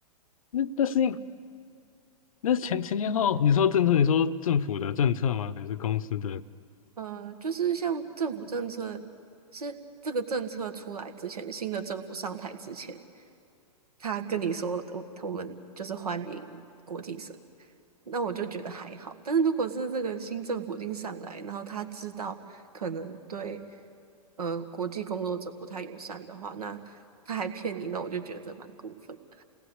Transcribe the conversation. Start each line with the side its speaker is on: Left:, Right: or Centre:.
Left: 那那是因那是前前前后，你说政策，你说政府的政策吗？还是公司的？
Right: 嗯、呃就是像政府政策，是这个政策出来之前，新的政府上台之前，他跟你说我我们就是欢迎国际生，那我就觉得还好。但是如果是这个新政府已经上来，然后他知道可能对呃国际工作者不太友善的话，那他还骗你，那我就觉得蛮过分的。